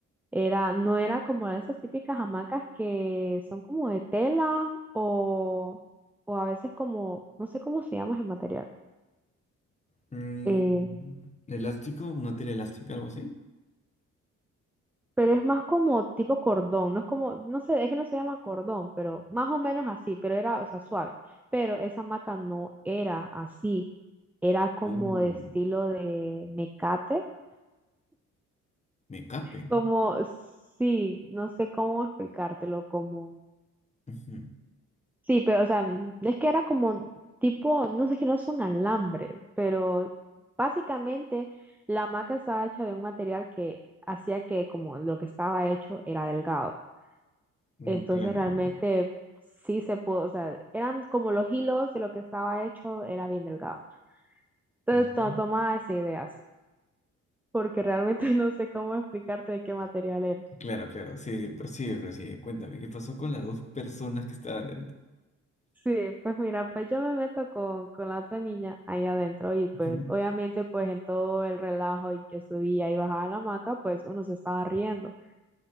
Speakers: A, in the centre; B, on the left.
A: era, no era como esas típicas hamacas que son como de tela o, o a veces como, no sé cómo se llama ese material.
B: Mm,
A: Eh,
B: ¿Elástico? ¿Una tela elástica? ¿Algo así?
A: pero es más como tipo cordón, no es como, no sé, es que no se llama cordón, pero más o menos así, pero era, o sea, suave. Pero esa maca no era así, era como
B: Uh.
A: de estilo de mecate,
B: Me cape.
A: como, sí, no sé cómo explicártelo, como,
B: Ujú.
A: sí, pero, o sea, mm, es que era como tipo, no sé, que no son alambres, pero básicamente la maca estaba hecha de un material que hacía que como lo que estaba hecho era delgado.
B: Mm,
A: Entonces
B: Claro,
A: realmente
B: claro.
A: sí se pudo, o sea, eran como los hilos de lo que estaba hecho, era bien delgado. Entonces
B: Ujú.
A: to- tomaba esa idea así, porque realmente <laughs> no sé cómo explicarte de qué material era.
B: Claro, claro. Sí, sí, prosigue, prosigue. Cuéntame, ¿qué pasó con las dos personas que estaban dentro?
A: Sí, pues mira, pues yo me meto con, con la otra niña ahí adentro y pues
B: Ujú.
A: obviamente pues en todo el relajo y que subía y bajaba la hamaca, pues uno se estaba riendo.